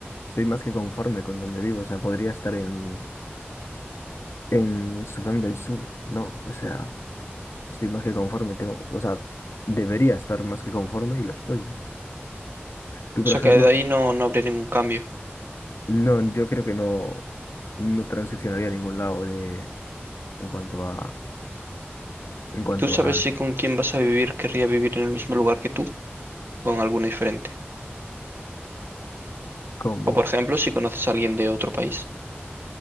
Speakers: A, on the left (about 80°); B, on the right (about 60°).
A: estoy más que conforme con donde vivo, o sea, podría estar en, en Sudán del Sur, no, o sea, estoy más que conforme, tengo, o sea, debería estar más que conforme y lo estoy. ¿no?
B: O
A: Tú, por
B: sea
A: ejemplo,
B: que de ahí no, no habría ningún cambio.
A: no, yo creo que no, no transicionaría a ningún lado de, en cuanto a, en cuanto
B: ¿Tú sabes
A: a,
B: si con quién vas a vivir querría vivir en el mismo lugar que tú o en alguno diferente?
A: ¿cómo?
B: O por ejemplo, si conoces a alguien de otro país.